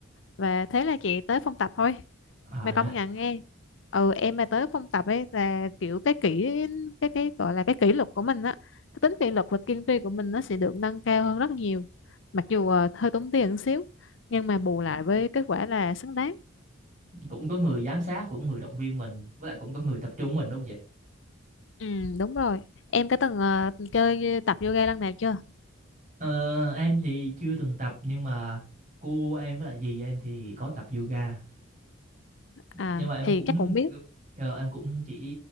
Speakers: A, on the left; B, on the right.
A: và thế là chị tới phòng tập thôi
B: À,
A: mà công
B: dạ.
A: nhận nghe ừ em mà tới phòng tập ấy là kiểu cái kỷ cái cái gọi là cái kỷ luật của mình á cái tính kỷ luật và kiên trì của mình nó sẽ được nâng cao hơn rất nhiều mặc dù ờ, hơi tốn tiền một xíu nhưng mà bù lại với kết quả là xứng đáng
B: Cũng có người giám sát, cũng có người động viên mình, với lại cũng có người tập trung mình đúng không chị?
A: ừ đúng rồi em có từng ờ, chơi tập yoga lần nào chưa
B: Ờ, em thì chưa từng tập nhưng mà cô em với lại dì em thì có tập yoga nhưng
A: à
B: mà em
A: thì
B: cũng
A: chắc cũng biết
B: ờ, em cũng chỉ